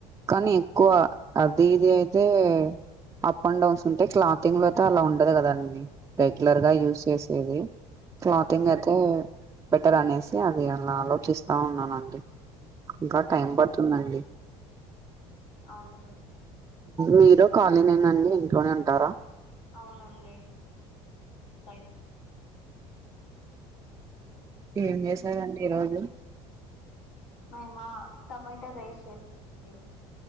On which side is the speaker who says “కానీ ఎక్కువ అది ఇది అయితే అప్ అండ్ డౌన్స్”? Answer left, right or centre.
Right